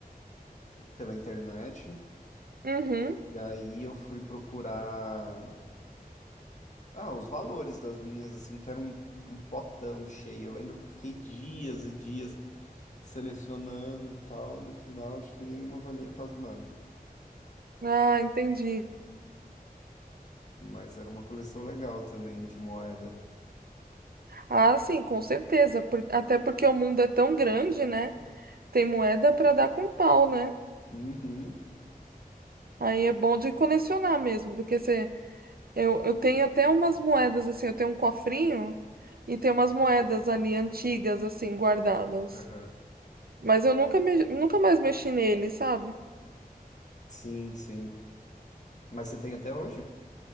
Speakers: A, on the left; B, on the right.
A: pela internet.
B: Uhum.
A: E aí eu fui procurar ah, os valores das minhas, assim, que era um, um potão cheio. Eu lembro que eu fiquei dias e dias selecionando e tal. No final, acho que nenhuma valia quase nada.
B: Ah, entendi.
A: Mas era uma coleção legal também de moeda.
B: Ah, sim, com certeza. por- Até porque o mundo é tão grande, né? Tem moeda pra dar com pau, né?
A: Uhum.
B: Aí é bom de colecionar mesmo, porque você. Eu, eu tenho até umas moedas, assim, eu tenho um cofrinho e tem umas moedas ali antigas, assim, guardadas.
A: Aham.
B: Mas eu nunca, me- nunca mais mexi nele, sabe?
A: Sim, sim. Mas você tem até hoje?